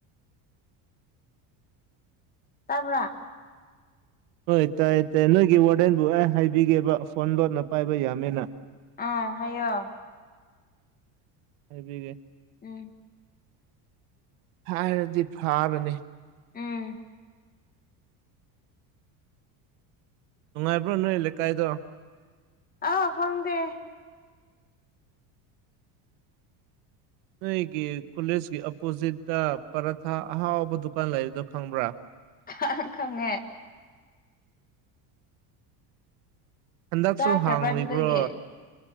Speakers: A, on the left; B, on the right.
A: ꯇꯥꯕꯔ
B: ꯍꯣꯏ ꯇꯥꯏ ꯇꯥꯏ ꯅꯣꯏꯒꯤ ꯋꯥꯔꯗꯦꯟꯕꯨ ꯑꯦ ꯍꯥꯏꯕꯤꯒꯦꯕ ꯐꯣꯟ ꯂꯣꯠꯅ ꯄꯥꯏꯕ ꯌꯥꯃꯦꯅ
A: ꯑ ꯍꯥꯏꯌꯣ
B: ꯍꯥꯏꯕꯤꯒꯦ
A: ꯎꯝ
B: ꯍꯥꯏꯔꯗꯤ ꯐꯥꯕꯅꯤ
A: ꯎꯝ
B: ꯅꯨꯡꯉꯥꯏꯕ꯭ꯔꯣ ꯅꯣꯏ ꯂꯩꯀꯥꯏꯗꯣ
A: ꯑꯥ ꯈꯪꯗꯦ
B: ꯅꯣꯏꯒꯤ ꯀꯣꯂꯦꯖꯀꯤ ꯑꯣꯄꯣꯖꯤꯠꯇ ꯄꯔꯊꯥ ꯑꯍꯥꯎꯕ ꯗꯨꯀꯥꯟ ꯂꯩꯕꯗꯣ ꯈꯪꯕ꯭ꯔꯥ
A: <unintelligible> ꯈꯪꯉꯦ
B: ꯍꯟꯗꯛꯁꯨ
A: ꯆꯥꯈ꯭ꯔꯕ꯭ꯔꯥ
B: ꯍꯥꯡꯂꯤꯕ꯭ꯔꯣ
A: ꯑꯗꯨꯗꯒꯤ